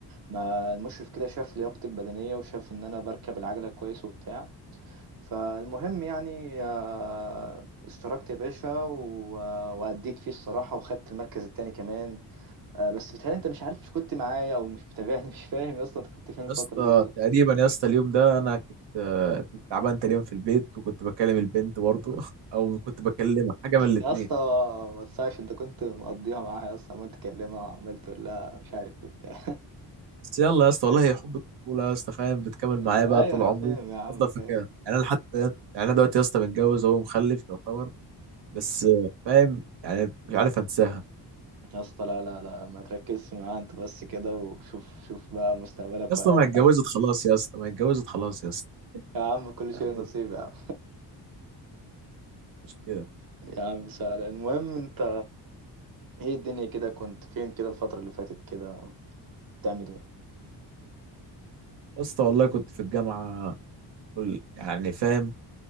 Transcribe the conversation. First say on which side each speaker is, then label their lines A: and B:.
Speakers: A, on the right; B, on the right.
A: ما المشرف كده شاف لياقتي البدنية وشاف إن أنا بركب العجلة كويس وبتاع فالمهم يعني آه، اشتركت يا باشا و- وأديت فيه الصراحة وخدت المركز التاني كمان آه، بس بتهيألي انت مش عارف مش كنت معايا او مش متابعني مش فاهم يا اسطى انت كنت فين الفتره
B: يا اسطى
A: دي بجد
B: تقريبا يا اسطى اليوم ده أنا كنت آه كنت تعبان تقريبا في البيت وكنت بكلم البنت برضه <laughs> أو كنت بكلمها حاجة من الاتنين
A: يا اسطى ما تصحش انت كنت مقضيها معاها يا اسطى عمال تكلمها وعمال تقول لها مش عارف وبتاع
B: بس يلا يا اسطى والله هي حب الطفولة يا اسطى فاهم بتكمل
A: <laughs>
B: معايا
A: ايوه
B: بقى طول
A: انا
B: عمري
A: فاهم يا عم
B: أفضل
A: فاهم
B: فاكرها يعني أنا حتى يعني أنا دلوقتي يا اسطى متجوز أهو ومخلف يعتبر بس آه، فاهم يعني مش عارف أنساها
A: يا اسطى لا لا لا ما تركزش معاها انت بس كده وشوف شوف بقى مستقبلك
B: يا اسطى
A: وعيالك
B: ما اتجوزت
A: يا عم
B: خلاص يا اسطى ما اتجوزت خلاص يا اسطى
A: يا عم كل شيء
B: يعني
A: نصيب يا عم
B: مش كده
A: يا عم سهل المهم انت ايه الدنيا كده كنت فين كده الفتره اللي فاتت كده بتعمل ايه
B: يا اسطى والله كنت في الجامعه كل- يعني فاهم